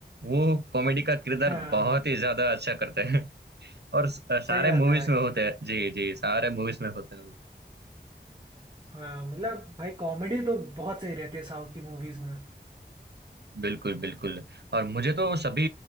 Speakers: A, on the right; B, on the right.
A: वो कॉमेडी का किरदार
B: हाँ
A: बहुत ही ज्यादा अच्छा करते हैं <laughs> और स- सारे
B: सही बात
A: मूवीज
B: है भाई
A: में होते हैं जी जी सारे मूवीज में होते हैं वो।
B: हाँ मतलब भाई कॉमेडी तो बहुत सही रहती है साउथ की मूवीज में
A: बिल्कुल बिल्कुल और मुझे तो सभी